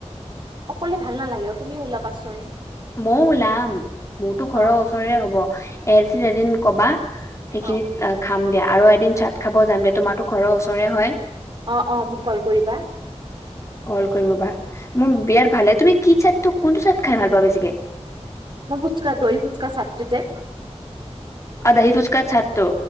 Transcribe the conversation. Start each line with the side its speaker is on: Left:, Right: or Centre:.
Right: অক'লে ভাল নালাগে তুমি ওলাবাচোন।
Left: ময়ও ওলাম, মোৰতো ঘৰৰ
Right: অ।
Left: ওচৰেৰে হ'ব এ দিছ এদিন কবা। সেইখিনিত
Right: অ
Left: খাম দিয়া আৰু এদিন চাট খাব যাম দিয়া তোমাৰতো ঘৰৰ ওচৰে হয়।
Right: অ' অ' মোক কল কৰিবা।
Left: কল কৰিম ৰবা, মোৰ
Right: উম,
Left: বিয়াত ভালে লাগে তুমি কি চাইদটোক কোনটো চাইদ খাই ভাল পোৱা বেচিকে।
Right: মই ফুচকা দহি ফুচকা চাৰটো যে।
Left: আৰু দহি ফুচকা চাতটো